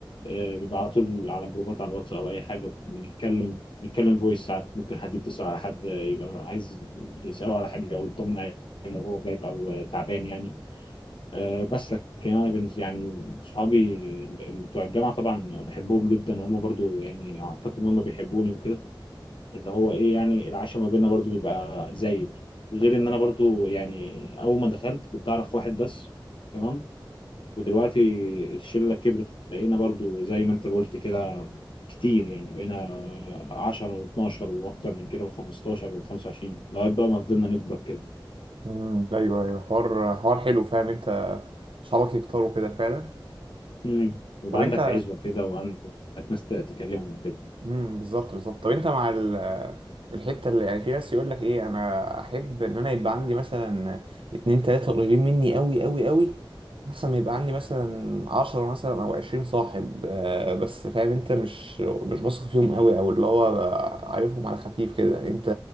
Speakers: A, on the left; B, on the right.
A: آه، بيبقى على طول على جروبات على الواتس او اي حاجه بنتكلم نتكلم فويس ساعات ممكن حد يتصل على حد آه، يبقى عايز يساله على حاجه او يطمن عليه لو هو غايب او آه، تعبان يعني آه، بس لكن انا بالنسبه يعني صحابي ال- ال- بتوع الجامعه طبعا بحبهم جدا وهم برضو يعني اعتقد ان هم بيحبوني وكده اللي هو ايه يعني العشاء ما بيننا برضو بيبقى زايد غير ان انا برضو يعني اول ما دخلت كنت اعرف واحد بس تمام ودلوقتي الشله كبرت بقينا برضو زي ما انت قلت كده كتير يعني بقينا 10 و12 واكتر من كده و15 و25 لغايه بقى ما فضلنا نكبر كده
B: امم ايوه ايوه حوار حوار حلو فعلا انت صحابك يكتروا كده فعلا
A: امم يبقى
B: طب انت
A: عندك عزوه كده وعندك ناس تكلمهم كده
B: امم بالظبط بالظبط طب انت مع ال... الحته اللي يعني في ناس يقول لك ايه انا احب ان انا يبقى عندي مثلا اتنين تلاته قريبين مني قوي قوي قوي احسن ما يبقى عندي مثلا عشرة مثلا او عشرين صاحب آه، بس فاهم انت مش مش بثق فيهم قوي او اللي هو بقى عارفهم على خفيف كده انت